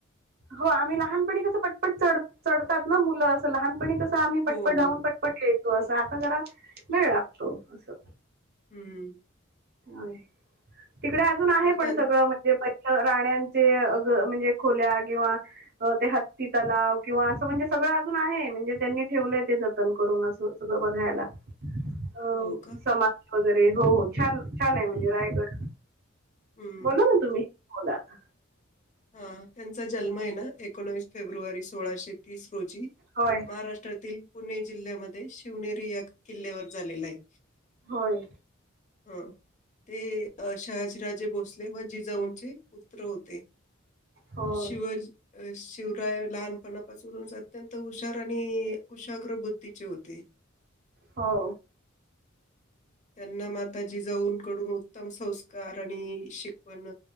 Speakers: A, on the right; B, on the left.
A: हो आम्ही लहानपणी कसं पटपट चढ चढतात ना मुलं अस लहान पण कसं आम्ही
B: हो,
A: पटपट
B: हो.
A: जाऊन पटपट यायचो. आता आता जरा वेळ लागतो असं.
B: हम्म.
A: हा तिकडे अजून आहे
B: तर
A: पण
B: त्यां
A: सगळं म्हणजे प राण्यांचे म्हणजे खोल्या किंवा ते हत्ती तलाव किंवा असं म्हणजे सगळं अजून आहे म्हणजे त्यांनी ठेवलंय ते जतन करून असं सगळं बघायला. अ
B: हो का?
A: समाज वगैरे हो हो छान छान आहे म्हणजे
B: हं,
A: रायगड.
B: हं. हं.
A: बोला ना तुम्ही. बोला आता.
B: हा त्यांचा जल्मए ना एकोणवीस फेब्रुवारी सोळाशे. तीस रोजी
A: होय
B: महाराष्ट्रातील पुणे जिल्ह्यामध्ये शिवनेरी या. किल्ल्यावर झालेला आहे.
A: होय
B: ह ते अ शहाजीराजे भोसले व जिजाऊंचे पुत्र होते
A: होय
B: शिव-ज शुवृ. लहानपणापासूनच अत्यंत हुशार आणि कुशाग्र बुद्धीचे होते.
A: हो.
B: त्यांना माताजी जिजाऊकडून उत्तम संस्कार आणि शिक. पण